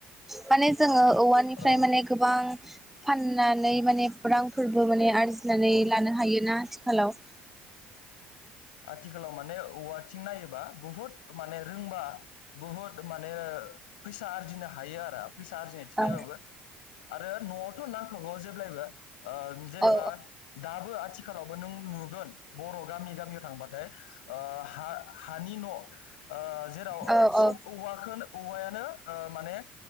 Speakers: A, in the centre; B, on the left.
A: माने जोङो औवानिफ्राय
B: औ
A: माने गोबां फाननानै माने रां फोरबो माने आर जिनानै
B: औ
A: लानो हायोना आथिखालाव।
B: थिखालाव माने औवाथिं नायोबा बुहुत माने रोंबा बुहुत माने फैसा आरजिनो हायो आरो। फैसा आरजिनाय थिनायबाबो
A: औ
B: आरो न'आवथ' नांखागौ जेब्लायबो। ओ जेनेबा
A: औ
B: दाबो आथिखालावबो नों नुगोन बर' गामि गामियाव थांबाथाय ओ हा-हानि न' ओ जेराव
A: औ
B: सब
A: औ
B: औवाखोन औवाया नो ओ माने